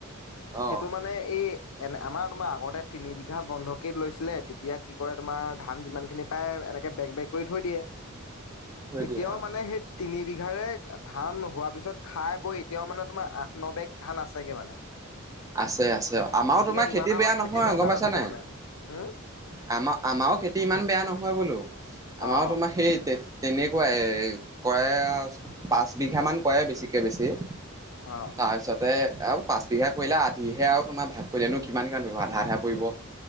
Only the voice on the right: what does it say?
অ'
থৈ
দিয়ে অ'।
আছে আছে। আমাৰো
তোমাৰ
খেতি
বেয়া নহয়,
গম পাইছা
নাই।
আমাৰ, আমাৰো খেতি ইমান বেয়া নহয় বোলো। আমাৰো
তোমাৰ সেই তে, তেনেকুৱাই কৰায়ে, পাঁচ বিঘামান কৰেয়ে। বেছিকৈ বেছি
তাৰপিছতে আৰু পাঁচ বিঘা কৰিলে, আধিহে আৰু তোমাৰ ভাগ কৰিলেনো কিমান কিমান পৰিব, আধা আধা পৰিব।